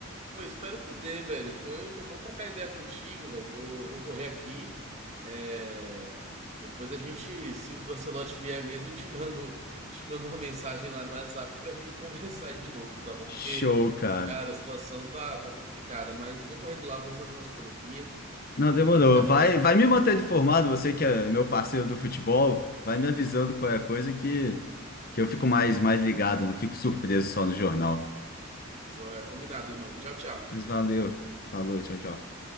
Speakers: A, on the right; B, on the left.
A: pô, espero que dê, velho. Foi, foi bom trocar ideia contigo, velho. Vou, vou correr aqui. É, Depois a gente, se o Ancelotti vier mesmo, eu te mando, te mando uma mensagem lá no WhatsApp pra gente <laughs> conversar de novo, tá bom?
B: Show,
A: Porque,
B: cara.
A: cara, a situação tá, tá complicada, mas vou correndo lá, vou resolver umas coisas aqui minha
B: Não,
A: e
B: demorou.
A: até a
B: Vai,
A: próxima.
B: vai me manter informado, você que é meu parceiro do futebol, vai me avisando qual é a coisa que, que eu fico mais, mais ligado, não fico surpreso só no jornal.
A: Joia, combinado, irmão. Tchau, tchau.
B: Mas valeu. Falou, tchau, tchau.